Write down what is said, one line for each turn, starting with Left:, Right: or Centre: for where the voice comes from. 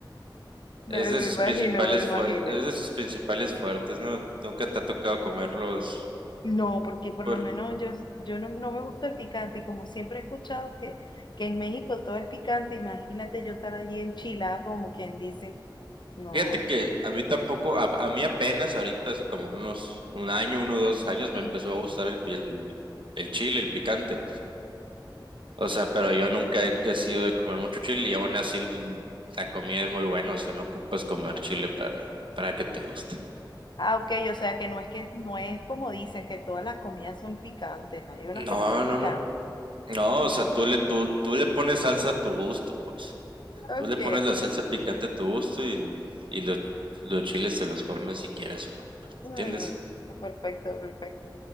Left: No,
Right: es
Left: me
Right: de sus
Left: imagino,
Right: principales
Left: me imagino.
Right: fuer- es de sus principales fuertes, ¿no? Nunca te ha tocado comerlos.
Left: No, porque por
Right: Pues,
Left: lo menos yo, yo no, no me gusta el picante y como siempre he escuchado que, que en México todo es picante, imagínate yo estar allí en Chile, como quien dice, no.
Right: fíjate que a mí tampoco, a, a mí apenas ahorita hace como unos, un año, uno o dos años me
Left: Ok.
Right: empezó a gustar el, pi- el, el chile, el picante. O sea, pero yo nunca he que sido de comer mucho chile y aún así la comida es muy buena, o sea, no ocupas comer chile para, para que te guste.
Left: Ah, ok, o sea que no es que no es como dicen que todas las comidas son picantes, hay unas
Right: No,
Left: que no son
Right: no,
Left: picantes.
Right: no. No, o sea, tú le, tú, tú le pones salsa a tu gusto, pues.
Left: Ok.
Right: Tú le pones la salsa picante a tu gusto y, y los, los chiles te los comes si quieres o no,
Left: Mm,
Right: ¿entiendes?
Left: perfecto, perfecto.